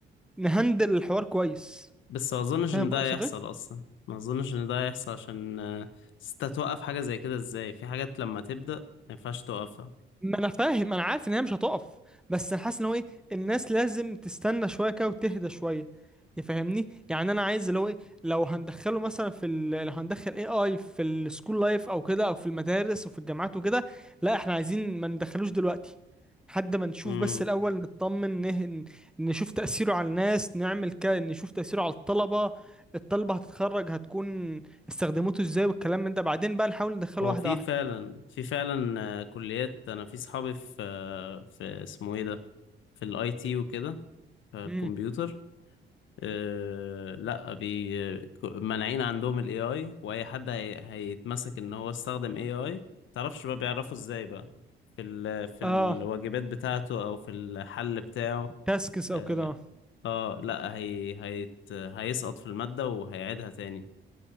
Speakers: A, in the centre; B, on the left.
A: نهندل الحوار كويس
B: بس ما أظنش
A: فاهم
B: إن ده
A: اقصد
B: هيحصل
A: ايه؟
B: أصلا ما أظنش إن ده هيحصل عشان آه، أصل أنت توقف حاجة زي كده إزاي في حاجات لما تبدأ ما ينفعش توقفها
A: ما انا فاهم انا عارف ان هي مش هتقف بس انا حاسس ان هو ايه الناس لازم تستنى شويه كده وتهدى شويه يفهمني يعني انا عايز اللي هو ايه لو هندخله مثلا في ال... لو هندخل اي اي في السكول لايف او كده او في المدارس وفي الجامعات وكده لا احنا عايزين ما ندخلوش دلوقتي لحد ما نشوف
B: امم
A: بس الاول نطمن نه... نشوف تاثيره على الناس نعمل كده نشوف تاثيره على الطلبه الطلبه هتتخرج هتكون استخدمته ازاي والكلام من ده بعدين بقى نحاول ندخله
B: هو
A: واحده
B: في
A: واحده
B: فعلا في فعلا آه، كليات انا في صحابي في آه، في اسمه ايه ده في الاي تي وكده في الكمبيوتر
A: امم
B: آه، لا بي ك- مانعين عندهم الاي اي واي حد هي هيتمسك ان هو استخدم اي اي متعرفش بقى بيعرفوا ازاي بقى في ال في
A: اه
B: الواجبات بتاعته او في الحل بتاعه
A: تاسكس
B: اه
A: او كده
B: آه، لا هي هيت هيسقط في المادة وهيعيدها تاني